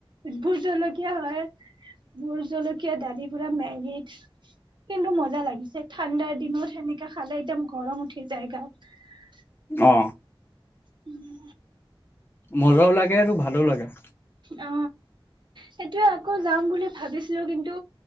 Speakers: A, on the right; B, on the left.
A: ভোত জলকীয়া হয় ভোত জলকীয়া ডালি পুৰা মেগী। কিন্তু মজা লাগিছে ঠাণ্ডাৰ দিনত সেনেকা খালে একদম গৰম উঠি যায়গাত।
B: অ
A: উম।
B: মজাও লাগে আৰু ভালও লাগে।
A: অ সেইটোয়ে আকৌ যাম বুলি ভাবিছিলো, কিন্তু